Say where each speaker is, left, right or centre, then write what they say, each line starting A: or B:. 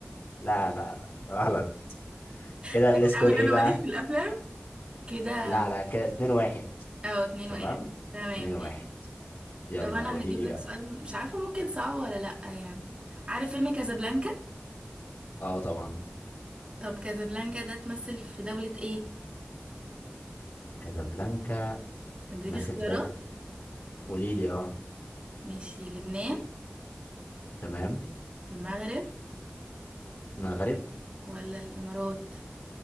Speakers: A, on the left; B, on the right.
A: لا لا لا غلط كده
B: <laughs>
A: السكور
B: او ان
A: ايه
B: انا
A: بقى
B: ماليش في الافلام كده
A: لا لا كده 2 1
B: او اتنين
A: تمام
B: واحد تمام
A: 2
B: ماشي
A: 1 يلا
B: طب انا
A: قولي
B: هجيب
A: لي
B: لك
A: بقى
B: سؤال مش عارفه ممكن صعب ولا لا يعني عارف فيلم كازابلانكا
A: اه طبعا
B: طب كازابلانكا ده تمثل في دولة ايه
A: كازابلانكا
B: هديك
A: مثل
B: اختيارات
A: في دوري ايه؟ قولي لي اه
B: ماشي لبنان
A: تمام
B: المغرب
A: مغرب
B: ولا الامارات